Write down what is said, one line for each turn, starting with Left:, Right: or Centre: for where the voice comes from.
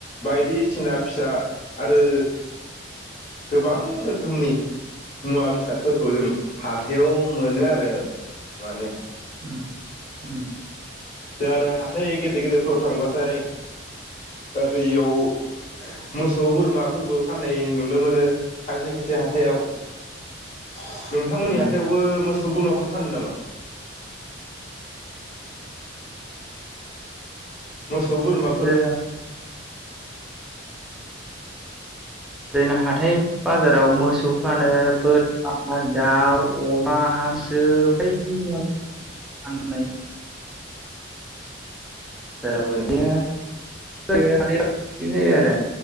Left: बायदिसिना फिसा आरो गोबां रोखोमनि मुवा बेसादफोरखौ जों हाथायाव मोनो आरो माने ।
Centre: उम उम
Left: जों आरो हाथाय गेदेर गेदेरफोराव थांबाथाय ओरैयाव मोसौ बोरमा फोरबो फान्नाय नुनो मोनो खायसे खायसे हाथायाव । नोंथांमोननि
Centre: उम
Left: हाथायावबो मोस सौ बोरमाफोर फानो नामा? मोसौ बोरमाफोर
Centre: जा ओरैनो हाथाय बाजाराव मोसौ फानो बोरमा दाउ अमा हांसो बायदि माल <inaudible> फाननाय <inaudible> ओरैनो <inaudible> जायो आरो